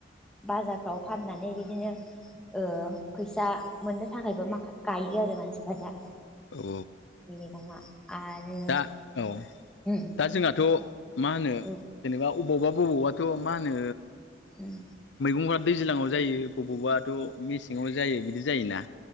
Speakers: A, in the centre; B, on the left.
A: बाजारफ्राव फाननानै बिदिनो ओ फैसा मोननो थाखायबो माख गायो आरो मानसिफ्रा दा
B: औ
A: बे मैगङा आरो
B: दा औ
A: उम
B: दा जोंहाथ' मा होनो
A: औ
B: जेनेबा बबावबा बबावबाथ' मा होनो
A: उम
B: मैगंफ्रा दैज्लाङाव जायो बबावबाथ' मेसेङाव जायो बिदि जायोना